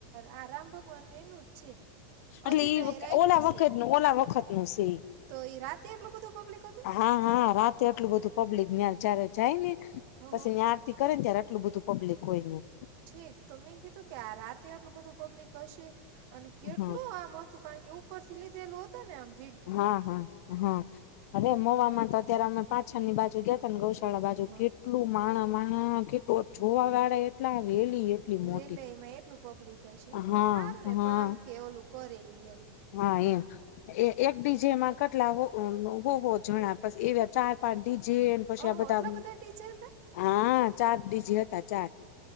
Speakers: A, on the right; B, on the left.
A: આ રામ ભગવાનનું, એનું જ છે.
B: એટલે
A: અજીતભાઈ
B: ઈ
A: રાખ્યું
B: એ ઓલા વખતનું,
A: છે
B: ઓલા વખતનું સે ઈ.
A: તો એ રાતે એટલું બધું પબ્લિક હતું
B: હા હા રાતે આટલું બધું પબ્લિક ન્યાં જયારે જાય ને
A: હ
B: પછી
A: હ
B: ની આરતી કરે ને ત્યારે એટલું બધું પબ્લિક હોય ન્યાં.
A: ઠીક, તો મેં કીધું, કે આ રાતે આટલું બધું પબ્લિક ક હશે? અને કેટલું
B: હા
A: આમ હતું, કારણ કે ઉપરથી લીધેલું હતું <unintelligible>
B: હા, હા, હા. અરે મોવામાં તો અત્યારે અમે પાછળની બાજુ ગ્યાતા ને ગૌશ શાળા બાજુ
A: હ
B: કેટલું માણહ મા હા, કે તો જોવાવાળા એટલા <unintelligible> લી એટલી મોટી
A: રેલવેમાં એટલું પબ્લિક હશે ને,
B: હા
A: હારું ને
B: હા
A: પણ આમ કે ઓલું કરે ઈ એમ
B: હા એમ એ એક ડી જેમાં કટલા હો, હો હો જણા પછ એવા ચાર પાંચ ડિ જે ન પછી
A: ઓહો
B: આ બધા
A: એટલા ડીજે હતા
B: હા ચાર ડી જે હતા ચાર.